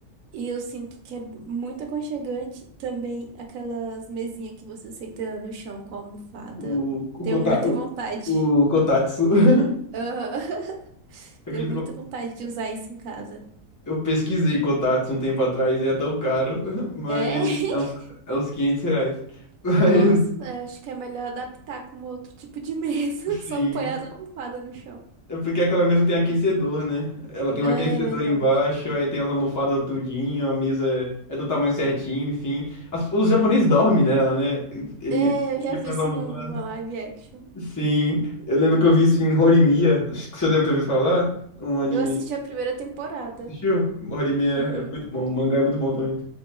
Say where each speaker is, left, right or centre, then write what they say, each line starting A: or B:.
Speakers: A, on the right; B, on the left.
A: E eu sinto que é muito aconchegante. Também aquelas mesinhas que você senta no chão com a almofada.
B: O o,
A: Tenho
B: kota,
A: muita vontade.
B: o, o Kotatsu. <laughs>
A: Aham. <laughs>
B: Você
A: Tenho
B: acredita
A: muita
B: que eu
A: vontade de usar isso em casa.
B: eu pesquisei Kotatsu um tempo atrás e é tão caro, <laughs> mas
A: É? <laughs>
B: é uns, é uns 500 reais. <laughs>
A: Nossa, é, acho que é melhor adaptar com outro tipo de mesa.
B: Mas sim,
A: <laughs> Só põe as almofadas no chão.
B: É porque aquela mesa tem aquecedor, né? Ela tem
A: Ah,
B: um aquecedor
A: É verdade.
B: embaixo, aí tem as almofadas tudinho, a mesa é, é do tamanho certinho, enfim. As- os japoneses dormem nela, né? Ele
A: É, eu
B: ele
A: já vi
B: faz
A: isso
B: a almofada.
A: numa live action.
B: Sim, eu lembro que eu vi isso em Horimiya, acho que você deve ter ouvido falar, um anime.
A: Eu assisti a primeira temporada.
B: Assistiu? Horimiya
A: Uhum.
B: é muito bom, o mangá é muito bom também.